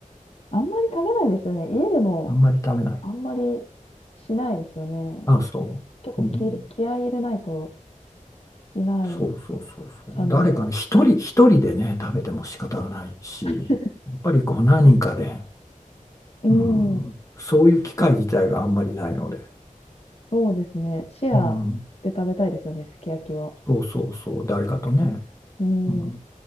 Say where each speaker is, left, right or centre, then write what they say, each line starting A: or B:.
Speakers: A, on the left; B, on the left.
A: あんまり食べないですよね。家でも
B: あんまり食べない。
A: あんまりしないですよね。
B: あ、そう。
A: 結構気入れ、
B: うん、
A: 気合い入れないとしない
B: そうそうそうそう。
A: 感じが。
B: 誰かね、一人、一人でね、食べても仕方がないし、
A: <laughs>
B: やっぱりこう何人かで、
A: 確かに。うん、
B: うん、そういう機会自体があんまりないので、
A: そうですね。シェアで食べたいですよね、
B: うん、
A: すき焼きは。
B: そうそうそう、誰かとね。
A: うん。
B: うん